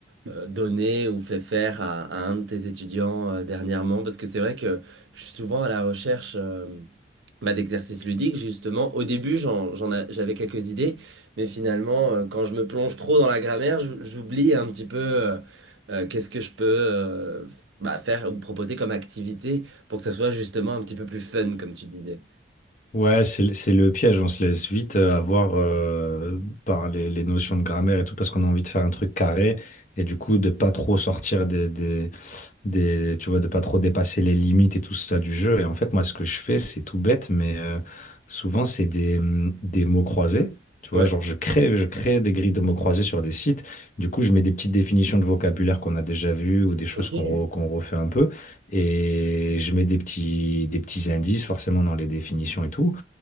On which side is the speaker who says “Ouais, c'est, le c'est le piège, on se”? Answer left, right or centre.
Left